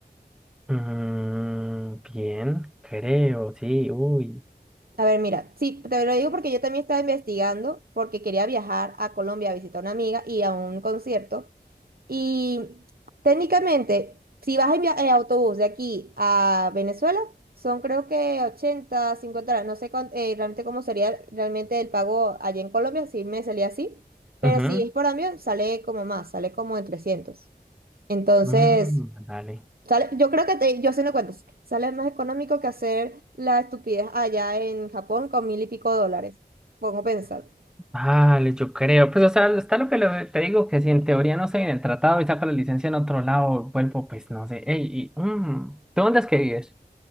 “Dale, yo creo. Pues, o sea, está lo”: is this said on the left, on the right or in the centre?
Centre